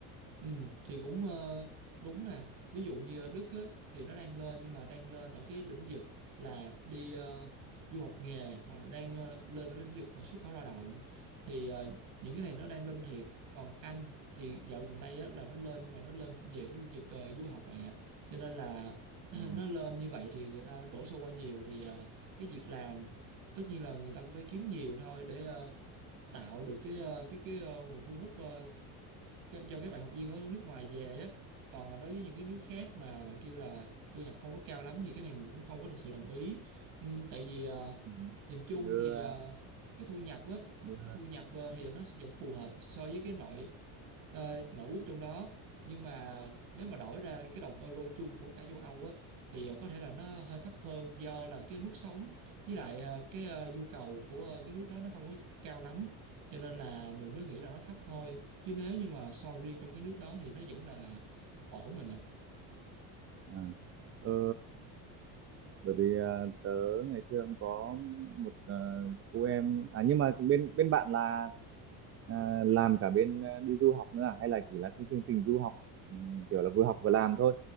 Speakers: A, on the right (about 60°); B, on the right (about 35°).
A: ừ, thì cũng ờ, đúng nè ví dụ như ở Đức á thì nó đang lên nhưng mà đang lên ở cái lĩnh vực là đi ờ, du học nghề hoặc là đang ờ, lên ở lĩnh vực mà xuất khẩu lao động thì ờ, những cái này nó đang lên thiệt còn Anh thì dạo gần đây á, là nó lên nhưng mà nó lên về cái lĩnh vực ờ, du học bạn ạ cho nên là <clears throat>
B: À,
A: nó lên như vậy thì người ta đổ xô qua nhiều thì ờ, cái việc làm tất nhiên là người ta cũng phải kiếm nhiều thôi để ờ, tạo được cái ờ, cái cái ờ, nguồn thu hút ờ, cái- cho các bạn học viên ở nước ngoài về á còn đối với những cái nước khác mà bạn kêu là thu nhập không có cao lắm thì cái này mình cũng không có thực sự đồng ý Ừm, tại vì ờ,
B: ừ.
A: nhìn chung
B: như
A: thì ờ,
B: ờ,
A: cái thu nhập á
B: như
A: cái thu nhập ờ, thì nó vẫn phù hợp so với cái nội ờ, nội quốc trong đó nhưng mà nếu mà đổi ra cái đồng euro chung của cả châu Âu á thì ờ, có thể là nó hơi thấp hơn do là cái mức sống với lại ờ, cái ờ, nhu cầu của ờ, cái nước đó nó không có cao lắm cho nên là mình mới nghĩ là nó thấp thôi chứ nếu như mà so riêng trong cái nước đó thì nó vẫn là ổn mà
B: À, ờ, bởi vì ờ, tớ ngày xưa cũng có một ờ, cô em à nhưng mà bên bên bạn là à, làm cả bên ờ, đi du học nữa à hay là chỉ là cái chương trình du học ừm, kiểu là vừa học vừa làm thôi